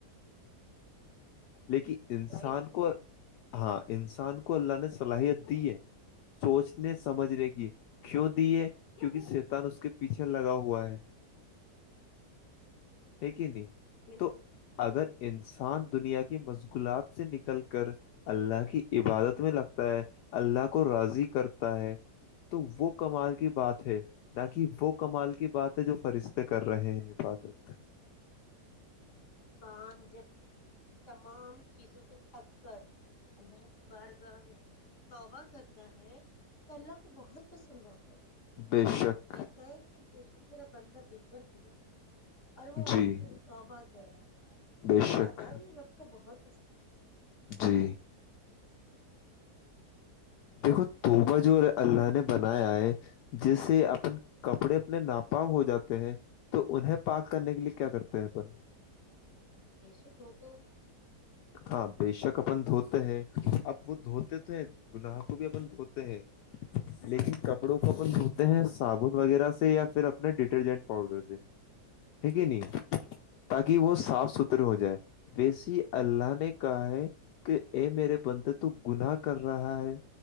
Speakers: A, on the left; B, on the left.
A: لیکن انسان
B: ظاہر سی بات
A: کو
B: ہے
A: ہاں انسان کو اللہ نے صلاحیت دی ہے سوچنے سمجھنے کی کیوں دیے کیوںکہ شیتان اس کے پیچھے لگا ہوا ہے ہے کہ نہیں
B: بالکل
A: تو اگر انسان دنیا کے کی مشغلات سے نکل کر اللہ کی عبادت میں لگتا ہے اللہ کو راضی کرتا ہے تو وہ کمال کی بات ہے نہ کہ وہ کمال کی بات ہے جو فرشتے کر رہے ہیں عبادت
B: سان جب تمام چیزوں سے تھک کر اللہ کی بارگاہ میں توبہ کرتا ہے تو اللہ کو بہت پسند آتا ہے
A: بے شک
B: کہتا ہے کہ بے میرا بندہ دن بھر گناتا اور وہ آخر
A: جی
B: توبہ کریں
A: بے
B: تو وہ
A: شک
B: ادا اب سب کو بہت پسند ہے
A: جی دیکھو توبا جو اللہ نے بنایا ہے جیسے اپن کپڑے اپنے ناپا ہو جاتے ہیں تو انہیں پاک کرنے کے لیے کیا کرتے ہیں اپن
B: بے ش دھ ہوتے ہیں
A: ہاں بے شک اپن دھوت ہے اب وہ دھوتے تو ہیں گناہ کو بھی اپن دھوتے ہیں لیکن کپڑوں کو اپن دھوتے ہیں صابن وغیرہ سے یا پھر اپنے ڈیٹرجنٹ پاؤڈر سے <unintelligible> یک
B: دل
A: ہے نہیں تاکہ وہ صاف ستھرے ہو جائے <unintelligible> وسی <unintelligible> اللہ نے کہا ہے کہ ا میرے بنندے تو گناہ کر رہا ہے